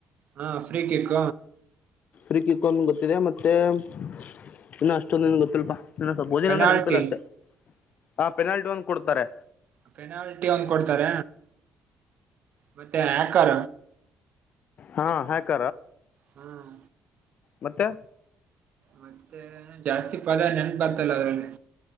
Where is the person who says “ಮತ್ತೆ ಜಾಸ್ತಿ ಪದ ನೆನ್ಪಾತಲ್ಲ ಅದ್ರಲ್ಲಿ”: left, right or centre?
Right